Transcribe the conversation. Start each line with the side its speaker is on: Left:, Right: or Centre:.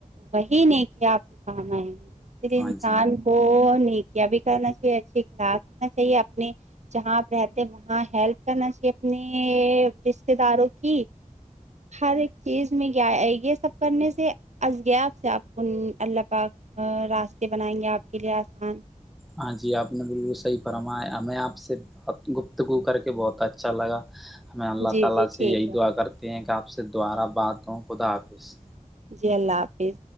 Right: وہی نیکیاں آپ کو کام آئے گے اس لیے
Centre: ہاں
Right: انسان
Centre: جی
Right: کونیکیاں بھی کرنا چاہیے اچھے اخلاق رکھنا چاہیے اپنے جہاں آپ رہتے وہاں ہیلپ کرنا چاہیے اپنے رشتے داروں کی ہر ایک چیز میں کیا آئے گی یہ سب کرنے سے آج غیب سے آپ کو اللہ پاک آ راستے بنائیں گے آپ کے لیے آسان
Centre: ہاں جی آپ نے بالکل صحیح فرمایا میں آپ سے ابت گفتگو کر کے بہت اچھا لگا ہمیں اللہ
Right: جی
Centre: تعالی
Right: جی
Centre: سے
Right: ٹھیک
Centre: یہی
Right: ہے
Centre: دعا کرتے ہیں کہ آپ سے دوبارہ بات ہوں خدا حافظ
Right: جی اللہ حافظ